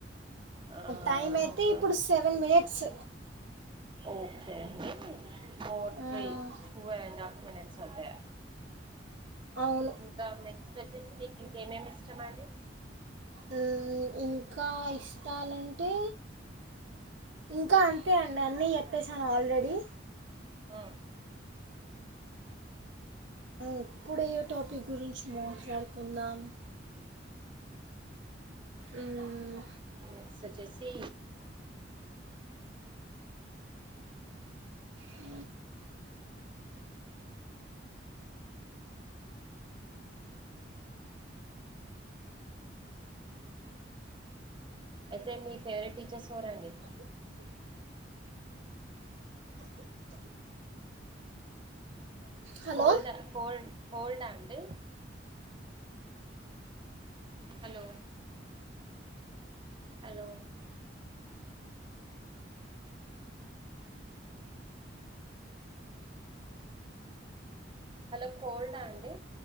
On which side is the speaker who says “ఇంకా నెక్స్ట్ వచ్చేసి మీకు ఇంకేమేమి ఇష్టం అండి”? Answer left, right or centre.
Right